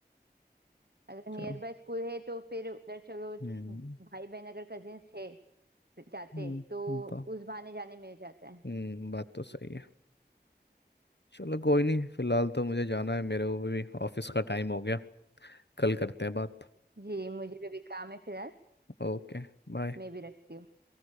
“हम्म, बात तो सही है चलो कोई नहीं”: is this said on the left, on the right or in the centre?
Left